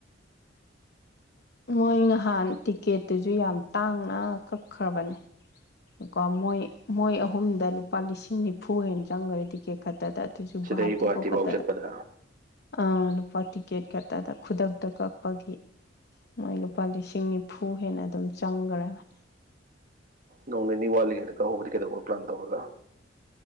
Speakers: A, on the left; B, on the right.
A: ꯃꯣꯏ ꯅꯍꯥꯟ ꯇꯤꯛꯀꯦꯠꯇꯨꯁꯨ ꯌꯥꯝ ꯇꯥꯡꯅ ꯀꯛꯈ꯭ꯔꯕꯅꯦ ꯀꯣ ꯃꯣꯏ ꯃꯣꯏ ꯑꯍꯨꯝꯗ ꯂꯨꯄꯥ ꯂꯤꯁꯤꯡ ꯅꯤꯐꯨ ꯍꯦꯟꯅ ꯆꯪꯈꯔꯦ ꯇꯤꯛꯀꯦꯠ ꯈꯛꯇꯗ ꯁꯨꯒꯋꯥꯍꯥꯇꯤ
B: ꯁꯤꯗꯒꯤ ꯒꯨꯍꯥꯇꯤꯐꯥꯎ
A: ꯄꯣꯈ ꯇꯗ
B: ꯆꯠꯄꯗ
A: ꯑ ꯂꯨꯄꯥ ꯇꯤꯛꯀꯦꯠ ꯈꯛꯇꯗ ꯈꯨꯗꯛꯇ ꯀꯛꯄꯒꯤ ꯃꯣꯏ ꯂꯨꯄꯥ ꯂꯤꯁꯤꯡ ꯅꯤꯐꯨ ꯍꯦꯟꯅ ꯑꯗꯨꯝ ꯆꯪꯈ꯭ꯔꯕꯅꯤ
B: ꯅꯧꯅꯦꯅꯤꯂꯤ ꯀꯦ ꯀ ꯍꯕꯗꯤ ꯀꯦ ꯇꯧꯕ ꯄ꯭ꯂꯥꯟ ꯇꯧꯕꯒ